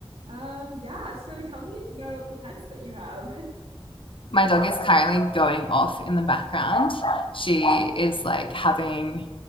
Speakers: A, on the right; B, on the left.
A: Um, yeah, so tell me about the pets that you have.
B: my dog is currently going off in the background. She is like having,